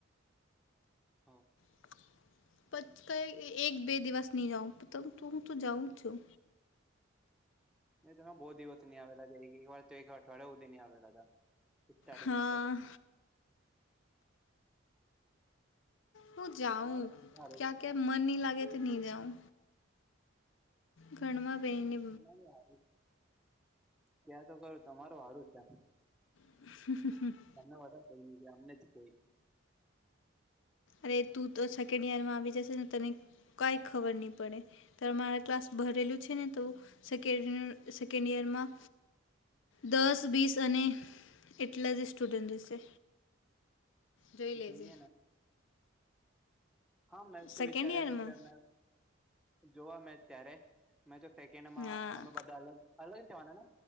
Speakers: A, in the centre; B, on the left.
A: હા
B: <unintelligible> એક બે દિવસ નહી <inaudible> તો જાઉં છું.
A: ન તોમાં બહુ દિવસ ની આવેલા છે એક એક વાર તો એક વાર અઠવાડિયા સુધી નહી આવેલા હતા સ્ટાર્ટિંગમાં
B: હા
A: તો
B: હું જાઉં
A: તમારું હારું
B: ક્યાં કે મન નહ લાગે તો નહી જાઉં ઘમાં બેને
A: ું ત્યાં તો કરું તમારું સારું છે
B: <inaudible>
A: તને <unintelligible> કઈ અમને જ કઈ
B: અરે તું તો સેકન્ડ ઈયરમાં આવી જશે ને તને કઈ ખબર નહી પડે. ત્યારે મારા ક્લાસ ભરેલું છે, ને તો <unintelligible> સેકન્ડ ઈયરમાં. દસ બીસ અને એટલા જ સ્ટુડન્ટ છે. જોઈ લેજે.
A: જોઈએ ને હા મેં તો
B: સેકન્ડ
A: વિચારી
B: યરમાં
A: <unintelligible> કે અમે જોવા મે ત્યારે. મેં તો સેકન્ડ માં
B: હા
A: અમે બધા અલગ અલગ થવાના ને.